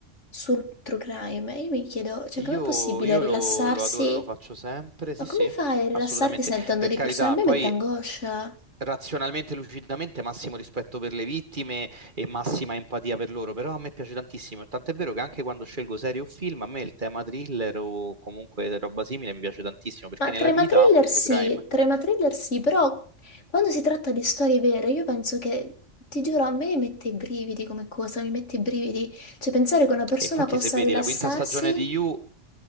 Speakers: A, on the left; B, on the right.
A: sul true crime. E io mi chiedo, cioè,
B: Io,
A: com'è possibile
B: io
A: rilassarsi?
B: lo, lo adoro, lo faccio sempre, sì,
A: Ma come
B: sì,
A: fai a rilassarti
B: assolutamente.
A: sentendo
B: Per
A: di
B: carità,
A: persone? A me
B: poi
A: mette angoscia.
B: eh, razionalmente, lucidamente, massimo rispetto per le vittime e massima empatia per loro, però a me piace tantissimo, tant'è vero che anche quando scelgo serie o film, a me il tema thriller o comunque roba simile mi piace tantissimo, perché
A: Ma
B: nella
A: trema
B: vita
A: thriller
B: amo il true
A: sì,
B: crime.
A: trema thriller sì, però quando si tratta di storie vere, io penso che, ti giuro, a me mette i brividi come cosa, mi mette i brividi. Cioè, pensare che una persona
B: E infatti,
A: possa
B: se vedi
A: rilassarsi,
B: la quinta stagione di You,